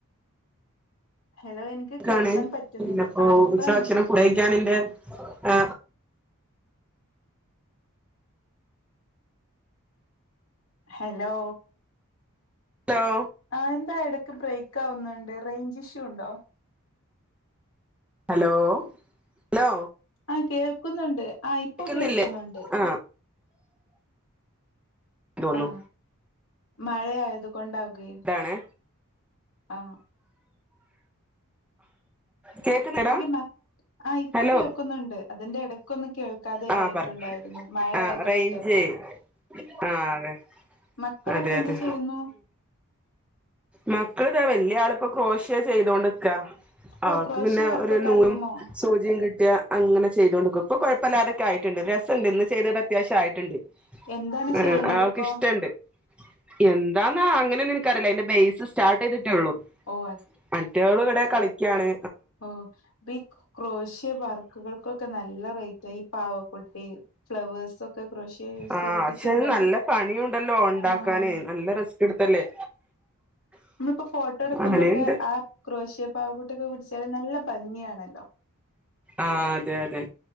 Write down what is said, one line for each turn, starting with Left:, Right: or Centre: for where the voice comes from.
Left: ഹലോ എനിക്ക്
Centre: ക്കാണ്.
Left: കേൾക്കാൻ പറ്റുന്നില്ല
Centre: പിന്ന ഇപ്പോ
Left: ആ ഇപ്പഴാണ്
Centre: ഉച്ചഭക്ഷണം
Left: കേൾക്കുന്നെ
Centre: ഫുഡ് കയിക്കാനിണ്ട്. ആ
Left: ഹലോ
Centre: ഹലോ
Left: ആ എന്താ ഇടക്ക് ബ്രേക്ക് ആവുന്നുണ്ട് റേഞ്ച് ഇഷ്യൂ ഉണ്ടോ?
Centre: ഹലോ ഹലോ
Left: ആ കേൾക്കുന്നുണ്ട്. ആ ഇപ്പൊ
Centre: കേക്കുന്നില്ലേ
Left: കേൾക്കുന്നുണ്ട്.
Centre: ആ തോന്നു
Left: ആ മഴയായത് കൊണ്ടാകുവേ.
Centre: അതാണ്
Left: ആ
Centre: കേക്കുന്നെടാ
Left: ഓക്കെ മ ആ ഇപ്പൊ
Centre: ഹലോ
Left: കേൾക്കുന്നുണ്ട്. അതിന്റെ ഇടക്കൊന്ന് കേൾക്കാതെ
Centre: ആ
Left: ആയിട്ടുണ്ടായിരുന്നു.
Centre: പറ
Left: മഴയായതുകൊണ്ട്
Centre: ആ റേഞ്ച് ആ അതെ
Left: മക്കളൊക്കെ
Centre: അതെ
Left: എന്ത്
Centre: അതെ.
Left: ചെയ്യുന്നു
Centre: മക്കളിതാ വലിയ ആള് ഇപ്പോ ക്രോഷ്യ ചെയ്തൊണ്ട് നിക്കാ അവൾക്ക്
Left: ഓ ക്രോഷ്യ
Centre: പിന്നെ
Left: വർക്കൊക്കെ
Centre: ഒരു നൂലും
Left: അറിയുമോ
Centre: സൂചിയും കിട്ടി യാ അങ്ങനെ ചെയ്തോണ്ട് നിക്കും ഇപ്പൊ കൊഴപ്പമില്ലാതൊക്കെ ആയിട്ടുണ്ട്. രസായിട്ടുണ്ട്. ഇന്ന് ചെയ്തത് അത്യാവശ്യം ആയിട്ടുണ്ട്.
Left: എന്താണ്
Centre: ആ
Left: ചെയ്യുന്നത്
Centre: ആ അവൾക്ക്
Left: ഇപ്പോ
Centre: ഇഷ്ടുണ്ട് എന്താന്ന് അങ്ങനെ എനിക്കൊന്നറിയില്ല. അതിൻ്റെ ബെയ്സ് സ്റ്റാർട്ട് ചെയ്ത് ട്ടേയുള്ളൂ.
Left: ഓ
Centre: മറ്റവള് ഇവിടെ കളിക്കയാണ്.
Left: ഓ ഇപ്പ ഈ ക്രോശ്യ വർക്കുകൾക്കൊക്കെ നല്ല റേറ്റാ. ഈ പാവക്കുട്ടി ഫ്ലവേഴ്സൊക്കെ ക്രോഷ്യ യൂസ്
Centre: ആ
Left: ചെയ്തിട്ട്
Centre: പക്ഷെ
Left: ചെയ്താല്
Centre: നല്ല പണിയുണ്ടല്ലോ ഉണ്ടാക്കാന്
Left: ആഹ്
Centre: നല്ല റസ്പി എടുത്തല്ലേ
Left: നമ്മ ഇപ്പോ ഫോട്ടോ എടുക്കുമ്പോഴൊക്കെ
Centre: അങ്ങനെയുണ്ട്
Left: ആ ക്രോഷ്യ പാവക്കൂട്ടിയൊക്കെ പിടിച്ചാല് നല്ല ഭംഗിയണല്ലോ.
Centre: ആ അതെ അതെ.